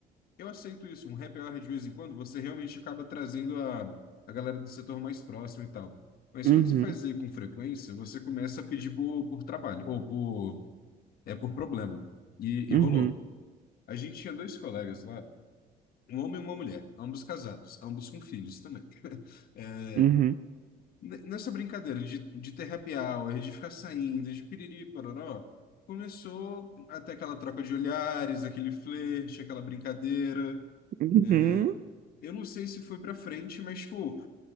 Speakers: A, on the left (about 60°); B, on the right (about 55°).
A: eu aceito isso, um happy hour de vez em quando, você realmente acaba trazendo a, a galera do setor mais próximo e tal. Mas
B: uhum,
A: quando se faz com frequência, você começa a pedir por, por trabalho, ou por, é por problema. E, e
B: uhum,
A: rolou. A gente tinha dois colegas lá, um homem e uma mulher, ambos casados, ambos com filhos também. <laughs> É,
B: uhum,
A: n- nessa brincadeira de, de ter happy hour, de ficar saindo, de piriri, pororó, começou até aquela troca de olhares, aquele flerte, aquela brincadeira.
B: uhum,
A: É, eu não sei se foi pra frente, mas, pô,